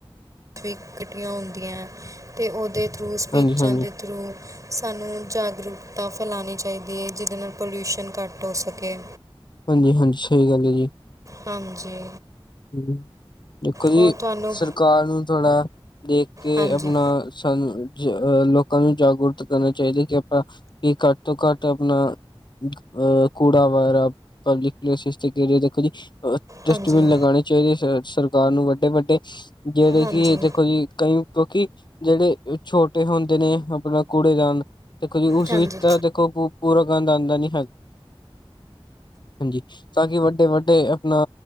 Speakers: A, on the right; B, on the left.
A: ਸੀਕਟਾਂ ਹੁੰਦੀਆਂ ਹੈ ਅਤੇ ਉਹਦੇ ਥਰੂ ਸਪੀਚਾਂ
B: ਹਾਂਜੀ, ਹਾਂਜੀ,
A: ਦੇ ਥਰੂ। ਸਾਨੂੰ ਜਾਗਰੂਕਤਾ ਫੈਲਾਣੀ ਚਾਹੀਦੀ ਐ, ਜਿਹਦੇ ਨਾਲ ਪੋਲਿਊਸ਼ਨ ਘੱਟ ਹੋ ਸਕੇ।
B: ਹਾਂਜੀ-ਹਾਂਜੀ, ਸਹੀ ਗੱਲ ਐ ਜੀ।
A: ਹਾਂਜੀ।
B: ਹਮ। ਦੇਖੋ ਜੀ
A: ਹੋਰ ਤੁਹਾਨੂੰ
B: ਸਰਕਾਰ ਨੂੰ ਥੋੜ੍ਹਾ ਦੇਖ ਕੇ
A: ਹਾਂਜੀ
B: ਆਪਣਾ ਸਾਨੂੰ। ਅਹ ਲੋਕਾਂ ਨੂੰ ਜਾਗਰੂਕ ਕਰਨਾ ਚਾਹੀਦਾ ਕਿ ਆਪਾਂ ਵੀ ਘੱਟ ਤੋਂ ਘੱਟ ਆਪਣਾ। ਅ ਕੂੜਾ ਵਗੈਰਾ ਪਬਲਿਕ ਪਲੇਸ ਤੇ ਗੇਰੇ ਦੇਖੋ ਜੀ ਅ
A: ਹਾਂਜੀ
B: ਡਸਟਬਿਨ ਲਗਾਉਣੇ ਚਾਹੀਦੇ ਸਰਕਾਰ ਨੂੰ ਵੱਡੇ- ਵੱਡੇ, ਜਿਹੜੇ
A: ਹਾਂਜੀ
B: ਕਿ ਦੇਖੋ ਜੀ ਕਈ ਕਿਉਂਕਿ ਜਿਹੜੇ ਛੋਟੇ ਹੁੰਦੇ ਨੇ ਆਪਣਾ ਕੂੜੇਦਾਨ ਦੇਖੋ ਉਸ
A: ਹਾਂਜੀ
B: ਵਿਚ ਦੇਖੋ ਪੂਰਾ ਗੰਦ ਆਉਂਦਾ ਨਹੀਂ ਹੈ ਹਾਂਜੀ ਤਾਂ ਕਿ ਵੱਡੇ- ਵੱਡੇ ਆਪਣਾ